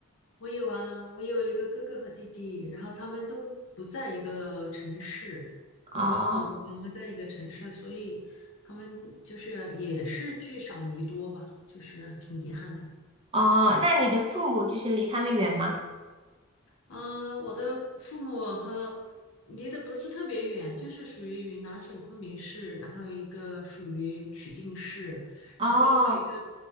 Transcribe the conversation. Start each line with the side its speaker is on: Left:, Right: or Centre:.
Left: 我有啊，我有一个哥哥和弟弟，然后他们都不在一个城市，
Right: 哦
Left: 也不和妈妈在一个城市，所以他们就是也是聚少离多吧，就是挺遗憾的。
Right: 哦，那你的父母就是离他们远吗？
Left: 啊，我的父母和离得不是特别远，就是属于云南省昆明市，然后一个属于曲靖市，然后另外一个
Right: 哦